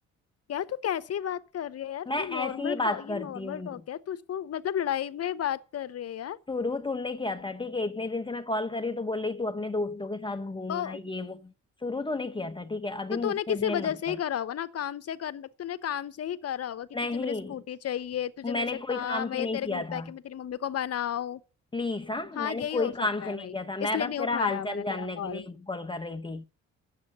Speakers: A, on the left; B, on the left.
A: यार तू कैसी बात कर रही है यार
B: मैं
A: ये नॉर्मल
B: ऐसी ही बात
A: टॉक ये
B: करती
A: नॉर्मल
B: हूँ
A: टॉक है तू इसको मतलब लड़ाई में बात कर रही है यार
B: शुरू तूने किया था ठीक है इतने दिन से मैं कॉल कर रही हूँ तो बोल रही तू अपने दोस्तों के साथ घूमना
A: ओ
B: ये वो शुरू तूने किया था ठीक है अभी
A: तो
B: मुझ
A: तूने
B: पे
A: किसी
B: ब्लेम
A: वजह
B: मत
A: से
B: कर
A: ही करा होगा ना काम से कर तूने काम से ही करा होगा कि
B: नहीं
A: तुझे मेरी स्कूटी चाहिए तुझे
B: मैंने
A: मेरे से काम
B: कोई काम से
A: है
B: नहीं
A: तेरे
B: किया
A: घर पे
B: था
A: आके मैं तेरी मम्मी को बनाऊं
B: प्लीज हाँ
A: हाँ
B: मैंने
A: यही
B: कोई
A: हो सकता
B: काम से
A: है
B: नहीं
A: भाई
B: किया था मैं
A: इसलिए
B: बस
A: नहीं
B: तेरा
A: उठाया
B: हालचाल
A: मैंने तेरा
B: जानने
A: कॉल
B: के लिए कॉल कर रही थी